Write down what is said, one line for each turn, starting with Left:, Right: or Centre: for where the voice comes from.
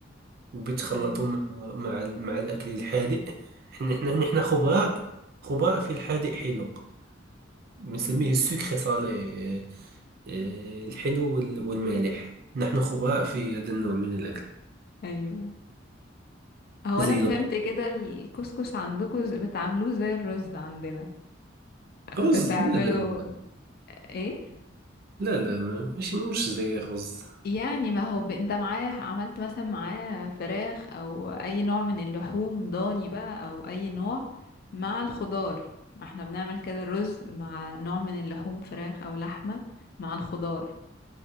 Right: وبيتخلطوا
Left: ايوه
Right: مع مع, ال- مع الأكل الحادق احنا احنا نحن خبراء خبراء في الحادق حلو بنسميه
Left: أمم.
Right: السكر صالح آه، آه، الحلو وال- والمالح نحن خبراء
Left: أمم.
Right: في هذا النوع من الأكل
Left: ايوه هو
Right: زي
Left: انا فهمت
Right: البطيخ
Left: كده الكسكس عندكم ز- بتعملوه زي الرز عندنا
Right: رز
Left: بتعملوا
Right: لا لا لا
Left: ايه
Right: لا لا ما- مش مش زي الرز
Left: يعني ما هو ب- انت معاه عملت مثلا معاه فراخ او اي نوع من اللحوم ضاني بقى او اي نوع مع الخضار ما احنا بنعمل كده رز مع نوع من اللحوم فراخ او لحمة مع الخضار